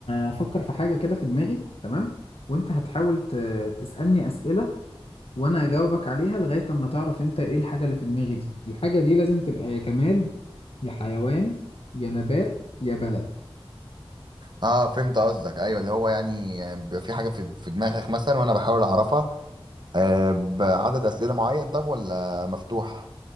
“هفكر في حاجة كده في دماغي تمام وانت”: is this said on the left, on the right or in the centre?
Left